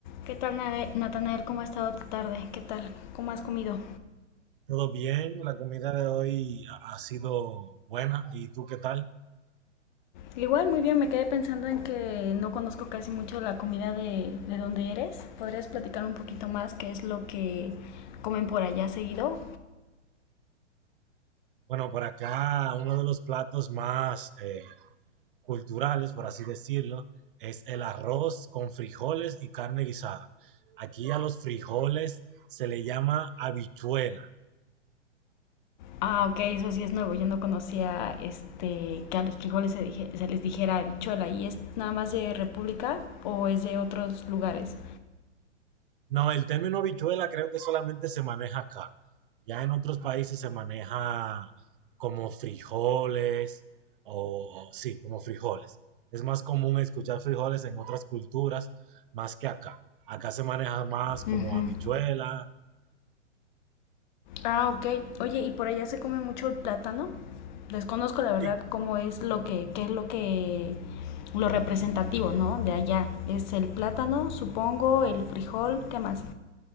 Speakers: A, on the left; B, on the right.
A: ¿Qué tal, Natanael? ¿Cómo ha estado tu tarde? ¿Qué tal? ¿Cómo has comido?
B: Todo bien, la comida de hoy ha ha sido buena. ¿Y tú qué tal?
A: Igual, muy bien, me quedé pensando en que no conozco casi mucho la comida de, de donde eres. ¿Podrías platicar un poquito más qué es lo que comen por allá seguido?
B: Bueno, por acá uno de los platos más eh, culturales, por así decirlo, es el arroz con frijoles y carne guisada. Aquí a los frijoles se le llama habichuela
A: Ah, ok, eso sí es nuevo. Yo no conocía este que a los frijoles se, dije- se les dijera habichuela. ¿Y es nada más de República o es de otros lugares?
B: No, el término habichuela creo que solamente se maneja acá. Ya en otros países se maneja como frijoles o, o sí, como frijoles. Es más común escuchar frijoles en otras culturas más que acá. Acá se maneja más como
A: Ujú.
B: habichuela.
A: Ah, ok. Oye, ¿y por allá se come mucho el plátano? Desconozco la verdad
B: Sí,
A: cómo es lo que, qué es lo que, lo representativo, ¿no? De allá. Es el plátano, supongo, el frijol, ¿qué más?